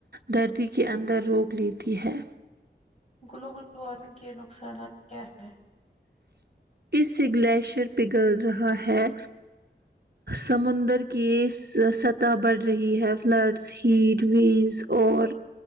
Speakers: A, on the right; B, on the left.
A: درتی کے اندر روک لیتی ہے
B: گلوبل وارمنگ کے نقصانات کیا ہیں
A: اس سے گلیشیئر پگل رہا ہے سمندر کی سطح بڑھ رہی ہے فلڈ ہیٹ ویز اور